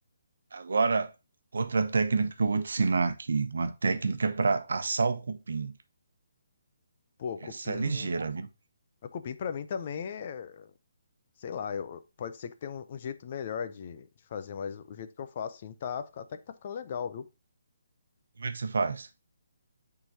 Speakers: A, on the right; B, on the left.
A: Agora, outra técnica que eu vou te ensinar aqui, uma técnica para assar o cupim.
B: Pô,
A: Essa
B: cupim.
A: é ligeira, viu?
B: A cupim pra mim também é, sei lá, eu, pode ser que tenha um, um jeito melhor de, de fazer, mas o jeito que eu faço assim tá, fica- até que tá ficando legal, viu?
A: Como é que você faz?